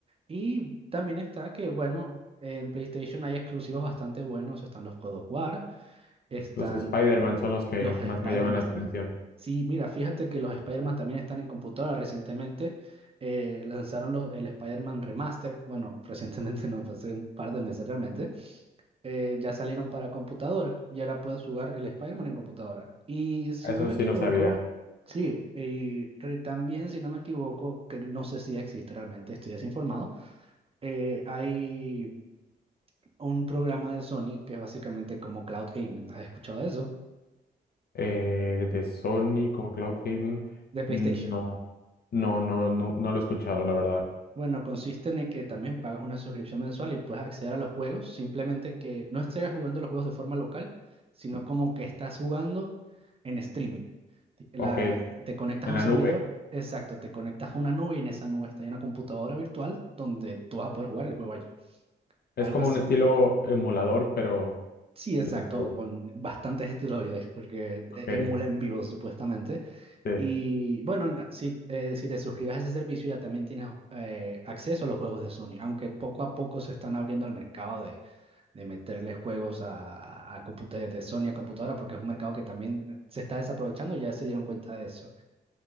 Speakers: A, on the right; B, on the left.
A: Y también está que, bueno, en PlayStation hay exclusivos bastante buenos. Están los God of War, estando
B: Los Spider-Man son los que
A: los Spider-Man
B: más me llaman la atención.
A: también. Sí, mira, fíjate que los Spider-Man también están en computadora. Recientemente eh, lanzaron los, el Spider-Man Remaster. Bueno, <laughs> recientemente no, fue hace un par de meses realmente. Eh, ya salieron para computadora y ahora puedes jugar el Spider-Man en computadora. Y si
B: Eso
A: no me
B: sí
A: equivoco,
B: no sabía.
A: sí, y re- también si no me equivoco, que no sé si existe realmente, estoy desinformado, eh, hay un programa de Sony que es básicamente como Cloud Gaming. ¿Has escuchado de eso?
B: Eh, de Sony como Cloud Gaming,
A: De PlayStation.
B: no, no, no, no, no lo he escuchado, la verdad.
A: Bueno, consiste en el que también pagas una suscripción mensual y puedes acceder a los juegos, simplemente que no estés jugando los juegos de forma local, sino como que estás jugando en streaming. Ti- la-
B: Ok, en
A: te conectas
B: la
A: a un servidor,
B: nube.
A: exacto, te conectas a una nube y en esa nube está una computadora virtual donde tú vas a poder jugar el juego allí.
B: Es
A: Algo
B: como
A: así.
B: un estilo emulador, pero
A: Sí, exacto,
B: en la nube.
A: con bastantes <laughs> esteroides, porque
B: Ok,
A: eh, emula en vivo supuestamente.
B: sí.
A: Y bueno, na- si, eh, si te suscribes a ese servicio ya también tienes eh, acceso a los juegos de Sony, aunque poco a poco se están abriendo el mercado de, de meterle juegos a, a- a compu- de, de Sony a computadora, porque es un mercado que también se está desaprovechando, ya se dieron cuenta de eso.